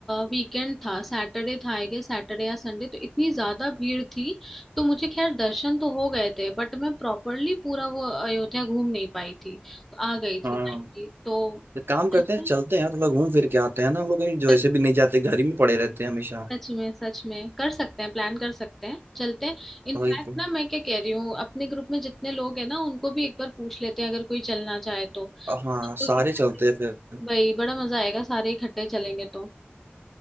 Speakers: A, in the centre; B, on the right.
A: वीकेंड था सैटरडे था आई गेस सैटरडे या संडे तो इतनी ज्यादा भीड़ थी तो मुझे खैर दर्शन तो हो गए थे बट मैं प्रॉपरली पूरा वो अयोध्या घूम नहीं पाई थी तो आ गई
B: हाँ
A: थी तो
B: तो काम करते
A: चलते
B: हैं चलते हैं थोड़ा घूम फिर के आते हैं ना हम लोग कहीं जैसे
A: हैं।
B: भी नहीं जाते घर ही में पड़े रहते हैं हमेशा
A: सच में सच में कर सकते हैं प्लान कर सकते हैं चलते हैं इनफैक्ट
B: वही तो
A: ना मैं क्या कह रही हूँ अपने ग्रुप में जितने लोग हैं ना उनको भी एक बार पूछ लेते हैं अगर कोई चलना चाहे तो
B: हाँ
A: सब
B: सारे
A: लोग इकट्ठे
B: चलते हैं फिर
A: भाई बड़ा मजा आएगा सारे इकट्ठे चलेंगे तो